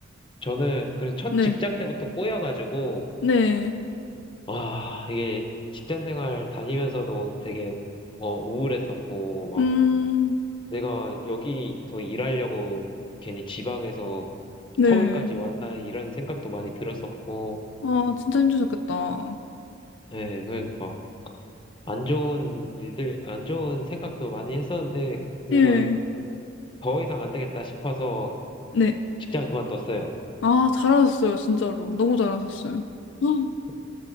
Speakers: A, on the left; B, on the left.
A: 저는 그래서 첫
B: 네,
A: 직장 때부터 꼬여가지고
B: 네.
A: 와 이게 직장 생활 다니면서도 되게 어 우울했었고
B: 음,
A: 내가 여기서 일하려고 괜히 지방에서
B: 네.
A: 서울까지 왔나 이런 생각도 많이 들었었고,
B: 아, 진짜 힘드셨겠다.
A: 예, 그래서 막안 좋은 일들, 안 좋은 생각도 많이 했었는데, 그래서
B: 예.
A: 더 이상 안 되겠다 싶어서
B: 네.
A: 직장을 그만뒀어요.
B: 아, 잘하셨어요, 진짜로. 너무 잘하셨어요. 헉,
A: <laughs>